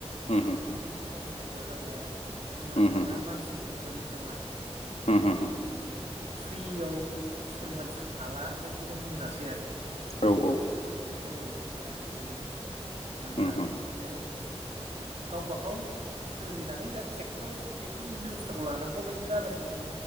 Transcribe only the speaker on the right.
बुहुत खम जायगायाव जाबाय आरो मानो होनबा
जोङो दा मानसिखौबो मोन थांला
मानि फ्रियाव आथिखालनि मानसिफ्रा थाला बायदिनो बुंजासै आरो
जायनि थाखायनो जोङो दा बिदि मोनला
ओंखायनो गावबाागाव सोलिनानै दा ट्रेक्टर बेफोर बेब'स्थाखौ लानांगौ बायदि जादोंखौ जों